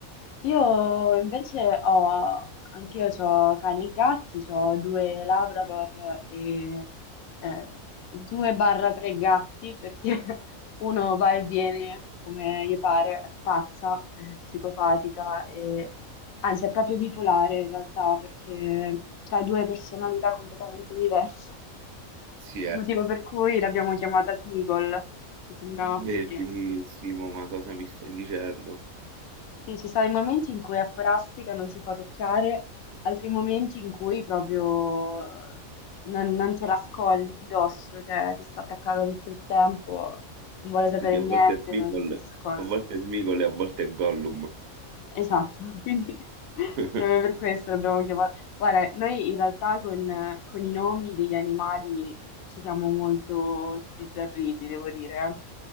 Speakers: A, on the left; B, on the right.
A: Io invece ho, anch'io ho cani e gatti, ho due Labrador e eh, due barra tre gatti perché <laughs> uno va e viene come gli pare, è pazza, è psicopatica e anzi è proprio bipolare in realtà perché ha due personalità completamente diverse, <laughs>
B: Sì, è
A: motivo per cui l'abbiamo chiamata Smigol, ci sembrava
B: bellissimo,
A: appropriato.
B: ma cosa mi stai dicendo?
A: Sì, ci sono i momenti in cui a forastica non si fa toccare, altri momenti in cui proprio eh, non, non te la scolli di dosso, cioè ti sta attaccata tutto il tempo, non vuole sapere
B: Quindi a
A: niente,
B: volte è Smeagol,
A: non ci si scolla.
B: a volte è Smeagol e a volte è Gollum.
A: Esatto, <laughs> quindi
B: <laughs>
A: proprio per questo l'abbiamo chiamato. Guarda, noi in realtà con, con i nomi degli animali ci siamo molto sbizzarriti, devo dire, eh.